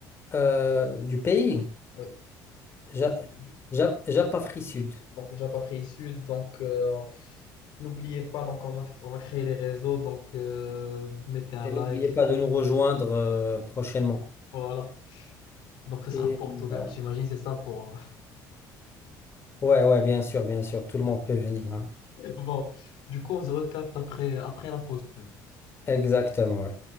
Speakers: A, on the left (about 30°); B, on the left (about 70°).
A: euh, du pays,
B: Oui,
A: Ja-
B: du, du-
A: Ja- Japafri Sud.
B: donc Japa Free Sud. Donc euh, n'oubliez pas, donc on va, on va créer les réseaux. Donc euh, mettez un
A: Et
B: like.
A: n'oubliez pas de nous rejoindre euh, prochainement.
B: Voilà. Donc ce sera
A: Et,
B: porte ouverte,
A: euh,
B: j'imagine, c'est ça pour, euh,
A: ouais, ouais, bien sûr, bien sûr, tout le monde peut venir. hein.
B: Bon, du coup, on se recapte après, après la pause pub.
A: Exactement, ouais.